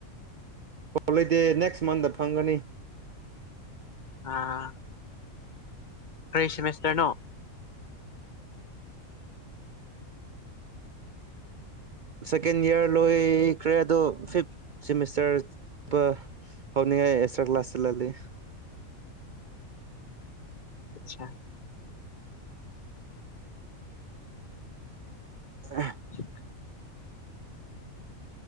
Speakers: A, on the right (about 80°); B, on the left (about 35°).
A: ꯍꯣꯂꯤꯗꯦ ꯅꯦꯛꯁ ꯃꯟꯗ ꯐꯪꯒꯅꯤ
B: ꯑꯥ ꯀꯔꯤ ꯁꯦꯃꯤꯁꯇꯔꯅꯣ
A: ꯁꯦꯀꯦꯟ ꯏꯌꯥꯔ ꯂꯣꯏꯈ꯭ꯔꯦ ꯑꯗꯣ ꯐꯤꯞ ꯁꯤꯃꯤꯁꯇꯔ ꯄ ꯍꯧꯅꯤꯡꯉꯥꯏ ꯑꯦꯛꯁꯇ꯭ꯔꯥ ꯀ꯭ꯂꯥꯁ ꯆꯠꯍꯜꯂꯤ
B: ꯑꯆꯥ
A: <unintelligible>
B: <unintelligible>